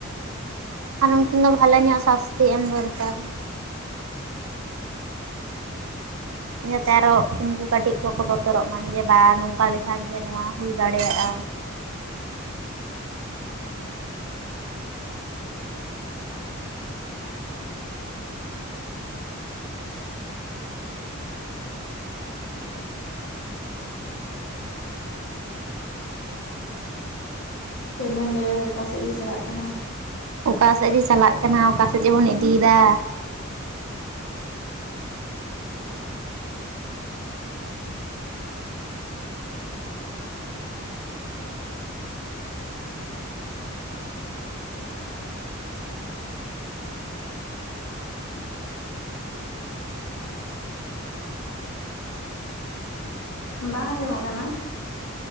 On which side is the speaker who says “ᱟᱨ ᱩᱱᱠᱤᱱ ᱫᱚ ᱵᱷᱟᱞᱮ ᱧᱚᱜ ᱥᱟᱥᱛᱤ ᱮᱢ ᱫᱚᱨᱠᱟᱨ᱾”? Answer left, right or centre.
Right